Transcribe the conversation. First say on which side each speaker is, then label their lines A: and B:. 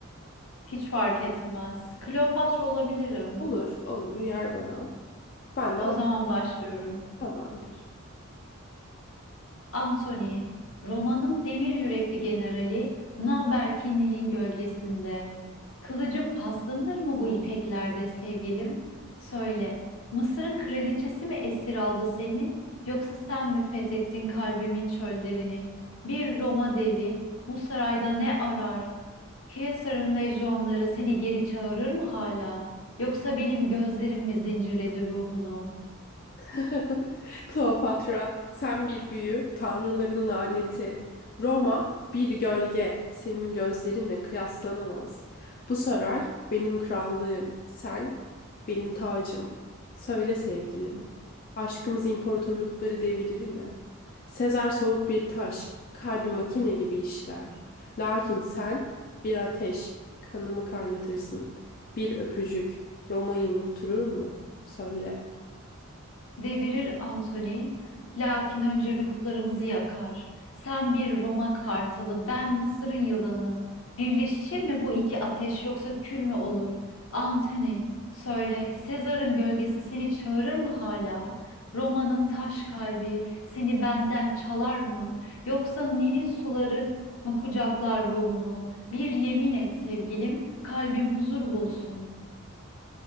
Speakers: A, on the left (about 70°); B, on the left (about 40°).
A: Hiç fark etmez. Kleopatra olabilirim.
B: Olur, olur. Uyar bana. Benden
A: O zaman başlıyorum.
B: tamamdır.
A: Anthony, romanın demir yürekli generali, naber ki Nil'in gölgesinde? Kılıcım paslanır mı bu ipeklerde sevgilim? Söyle, Mısır'ın kraliçesi mi esir aldı seni, yoksa sen mi fethettin kalbimin çöllerini? Bir Roma devi bu sarayda ne arar? Kaysar'ın lejyonları seni geri çağırır mı hala? Yoksa benim gözlerim mi zincirledi ruhunu?
B: <laughs> Kleopatra, sen bir büyü, tanrıların laneti. Roma, bir gölge, senin gözlerinle kıyaslanamaz. Bu saray benim krallığım, sen benim tacım. Söyle sevgilim, aşkımız imparatorlukları devirir mi? Sezar soğuk bir taş, kalbi makine gibi işler. Lakin sen bir ateş, kanımı kaynatırsın. Bir öpücük, Roma'yı unutturur mu? Söyle.
A: Devirir Anthony, lakin önce ruhlarımızı yakar. Sen bir Roma kartalı, ben Mısır'ın yılanı. Birleşir mi bu iki ateş yoksa kül mü olur? Anthony, söyle, Sezar'ın gölgesi seni çağırır mı hala? Roma'nın taş kalbi seni benden çalar mı? Yoksa Nil'in suları mı kucaklar ruhunu? Bir yemin et sevgilim, kalbim huzur bulsun.